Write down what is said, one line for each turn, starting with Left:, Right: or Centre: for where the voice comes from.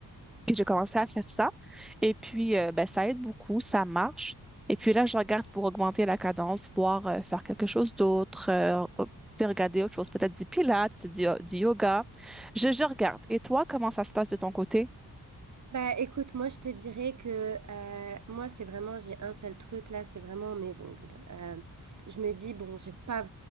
Centre: que j'ai commencé à faire ça. Et puis, euh, ben, ça aide beaucoup, ça marche. Et puis là, je regarde pour augmenter la cadence, voir euh, faire quelque chose d'autre, euh, euh, peut-être regarder autre chose, peut-être du pilates, du, du yoga. Je, je regarde. Et toi, comment ça se passe de ton côté?
Right: Bah écoute, moi je te dirais que euh, moi c'est vraiment, j'ai un seul truc là, c'est vraiment mes ongles. Euh, je me dis, bon, j'ai pas,